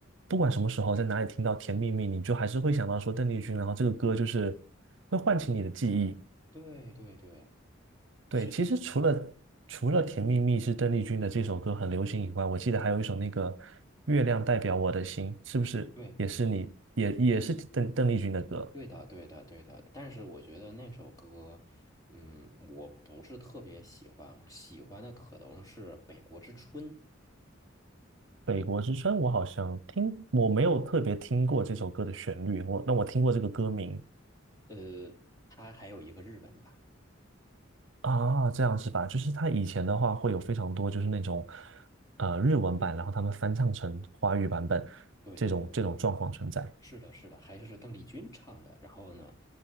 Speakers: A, on the right (about 65°); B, on the left (about 20°).
A: 不管什么时候，在哪里听到《甜蜜蜜》，你就还是会想到说邓丽君，然后这个歌就是会唤起你的记忆。
B: 对对对，
A: 对，
B: 是的，
A: 其实除了除了《甜蜜蜜》是邓丽君的这首歌很流行以外，
B: 是的，
A: 我记得还有一首那个《月亮代表我的心》，是不是也是你也也是邓邓丽君的歌？
B: 对。对的，对的，对的。但是我觉得那首歌，嗯，我不是特别喜欢，喜欢的可能是《北国之春》。
A: 北国之春，我好像听，我没有特别听过这首歌的旋律，我那我听过这个歌名
B: 呃，它还有一个日文版。
A: 啊，这样是吧？就是他以前的话会有非常多，
B: 嗯，
A: 就是那种呃日文版，然后他们翻唱成华语版本这种这种状况存在。
B: 对对对，是的，是的，还是邓丽君唱的。然后呢，